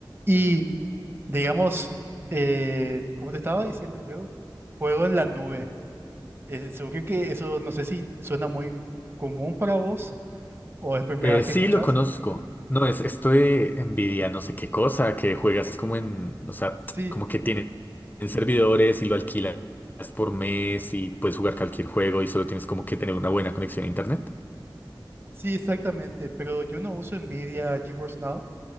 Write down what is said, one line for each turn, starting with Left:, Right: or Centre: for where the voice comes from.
Right: Y digamos, eh, como te estaba diciendo yo, juego en la nube. Eh, seguro que eso no sé si suena muy común para vos o es primera
Left: Eh,
Right: vez que
Left: sí,
Right: escuchás.
Left: lo conozco. No, es esto de Nvidia, no sé qué cosa, que juegas como en, o sea,
Right: Sí,
Left: como que tienen servidores y lo alquilas por mes y puedes jugar cualquier juego y solo tienes como que tener una buena conexión a internet.
Right: sí, exactamente. Pero yo no uso NVIDIA GeForce Now.